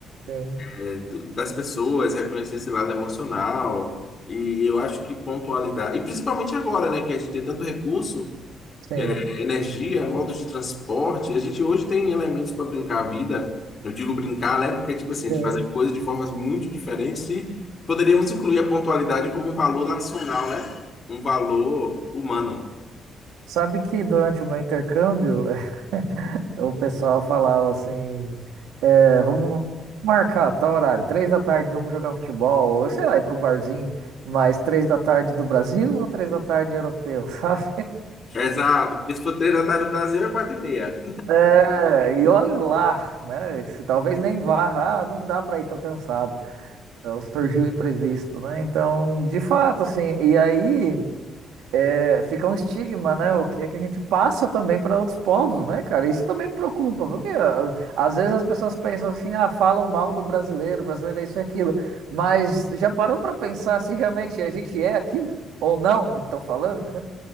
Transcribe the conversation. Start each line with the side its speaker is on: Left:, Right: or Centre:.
Right: sim,
Left: é, do- das pessoas, reconhecer esse lado emocional. E eu acho que pontualidade, e principalmente agora, né, que a gente tem tanto recurso,
Right: sim,
Left: é, energia, modos de transporte, a gente hoje tem elementos para brincar a vida. Eu digo brincar, né, porque tipo assim, a
Right: sim.
Left: gente fazer coisas de formas muito diferentes e poderíamos incluir a pontualidade como um valor nacional, né? Um valor humano.
Right: Sabe que durante o meu intercâmbio, <laughs> o pessoal falava assim, é, vamos marcar tal horário, três da tarde vamos jogar um futebol, ou sei lá, ir para um barzinho, mas três da tarde do Brasil ou três da tarde europeu, <laughs> sabe?
Left: Exato, porque se for três da tarde do Brasil é quatro e meia.
Right: É, e olhe lá, né? Se talvez nem vá, ah, não dá para ir, tô cansado. Então, surgiu o imprevisto, né? Então, de fato, assim, e aí. é, fica um estigma, né? O que é que a gente passa também para outros povos, né, cara? Isso também me preocupa, porque ah, às vezes as pessoas pensam assim, ah, falam mal do brasileiro, o brasileiro é isso e aquilo, mas já parou para pensar se realmente a gente é aquilo ou não do que estão falando, né?